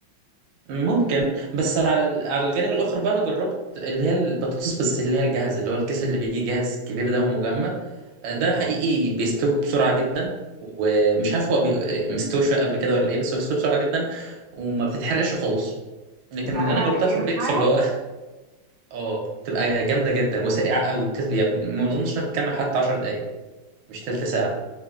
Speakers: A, on the right; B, on the right.
A: ممكن بس على ال- على الجانب الاخر بقى انا جربت اللي هي البطاطس بس اللي هي الجاهزه اللي هو الكيس اللي بيجي جاهز كبير ده ومجمد آه، ده حقيقي بيستوي بسرعه جدا ومش عارف هو بي... مستوي شويه قبل كده ولا ايه بس هو بيستوي بسرعه جدا وما بتتحرقش خالص لكن
B: بتعملها
A: اللي انا جربتها
B: في الاير
A: في البيت
B: فراير
A: في اللي هو <laughs> اه بتبقى جامده جدا وسريعه قوي بتز... يعني ما اظنش انها بتكمل حتى 10 دقائق مش تلت ساعه